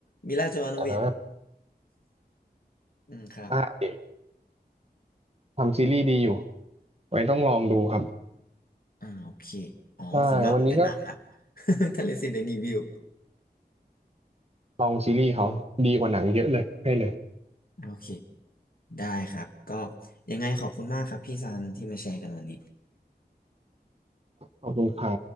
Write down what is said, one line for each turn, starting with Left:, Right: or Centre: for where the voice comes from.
Left: มิลาโจโนวิช
Right: อ่านะ
Left: อืมครับ
Right: อ่าเด็กทำซีรีส์ดีอยู่ ไว้ต้องลองดูครับ
Left: อ่าโอเคอ๋อส่วนมากดูแต่หนังอะ
Right: ใช่ วันนี้ก็
Left: <laughs> ทะเลซีเดนีวิว
Right: ลองซีรีส์เขาดีกว่าหนังเยอะเลย ให้เลย
Left: โอเค ได้ครับ ก็ยังไงขอบคุณมากครับพี่ซันที่มาแชร์กันวันนี้
Right: ขอบคุณค่ะ